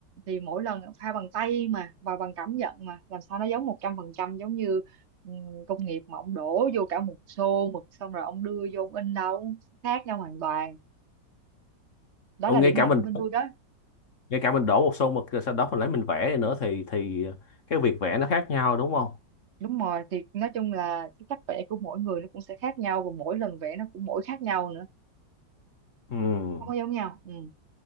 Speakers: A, on the right (about 50°); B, on the left (about 50°).
A: thì mỗi lần pha bằng tay mà và bằng cảm nhận mà làm sao nó giống một trăm phần trăm giống như ừm, công nghiệp mà ông đổ vô cả một xô mực xong rồi ông đưa vô ông in đâu khác nhau hoàn toàn đó
B: ồ
A: là
B: ngay
A: điểm
B: cả
A: mạnh
B: mình
A: của bên tôi đó
B: ngay cả mình đổ một xô mực rồi sau đó mình lấy mình vẽ nữa thì thì cái việc vẽ nó khác nhau đúng không
A: đúng rồi thì nói chung là cái cách vẽ của mỗi người nó cũng sẽ khác nhau và mỗi lần vẽ nó cũng mỗi khác nhau nữa
B: Ừ.
A: không có giống nhau ừ.